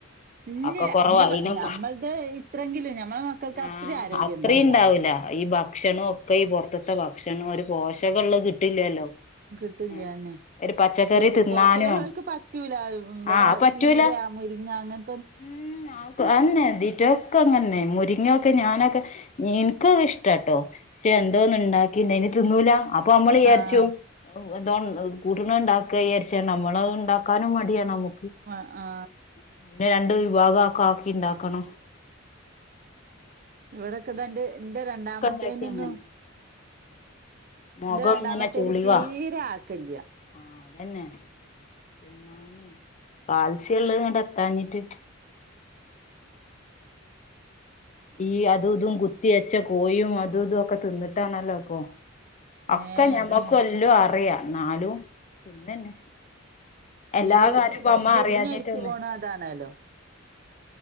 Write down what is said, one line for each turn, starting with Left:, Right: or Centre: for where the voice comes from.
Right: ഇല്ല
Left: ആക്ക കൊറവായിനും
Right: ഇനി ഞമ്മഉടെ ഇത്രങ്കിലും ഞമ്മടെ മക്കൾക്ക് അത്രേ
Left: ആഹ്
Right: ആരോഗ്യം
Left: അത്രയും
Right: ഇണ്ടാവൂല
Left: ഉണ്ടാവൂല ഈ ഭക്ഷണം ഒക്കെ ഈ പുറത്തത്തെ ഭക്ഷണം ഒരു പോഷകിള്ള കിട്ടില്ലല്ലോ
Right: <unintelligible>
Left: ഏഹ് ഒരു പച്ചക്കറി തിന്നാനോ
Right: പോഷകലോർക്ക് പറ്റൂല ഇവടെ
Left: ആഹ് അത് പറ്റൂല
Right: ചീര മുരിങ്ങ അങ്ങന
Left: ഉം <unintelligible> അതന്നെ ദിറ്റൊക്കെ അങ്ങനന്നെ മുരിങ്ങൊക്കെ ഞാനൊക്കെ എനിക്കൊ ഇഷ്ടാട്ടോ പക്ഷെ എന്തോന്ന് ഇണ്ടാക്കിണ്ടായിനി തിന്നൂല അപ്പൊ അമ്മളീ വിചാരിച്ചു
Right: ആഹ്
Left: എന്തോ കൂട്ടണ് ഇണ്ടാക്കാ വിചാരിച്ച് നമ്മളത് ഇണ്ടാക്കാനും മടിയാണ് നമു
Right: ആ ആ
Left: <unintelligible> രണ്ടു വിഭാഗം ഒക്കെ ആക്കി ഇണ്ടാക്കണം
Right: ഇവിടൊക്കെ ദാണ്ട് ഇന്റെ രണ്ടാമത്തേനൊന്നും
Left: ഉണ്ടാക്കി അങ്ങനെ മുഖം
Right: എന്റെ രണ്ടാമത്തേന്
Left: ഇങ്ങനെ ചുളിവാ
Right: തീരെ ആക്കല്യ
Left: ആഹ് അതന്നെ തിന്നാനേ കാൽ സ്യം ഇള്ള് ഇങ്ങ്ട് എത്താഞ്ഞിട്ട് ഈ അതും ഇതും കുത്തിയച്ച കോഴിയും അതും ഇതും ഒക്കെ തിന്നിട്ടാണല്ലോ ഇപ്പോ ഒക്കെ
Right: ഏഹ്
Left: ഞമ്മക്ക്
Right: അതന്നെ
Left: എല്ലും അറിയാം എന്നാലും തിന്നന്നെ എല്ലാ
Right: ഈ
Left: കാര്യവും ഇപ്പ അമ്മ
Right: കെടുന്നടിച്ച്
Left: അറിയാഞ്ഞിട്ടൊന്ന്
Right: പോണ അതാണല്ലോ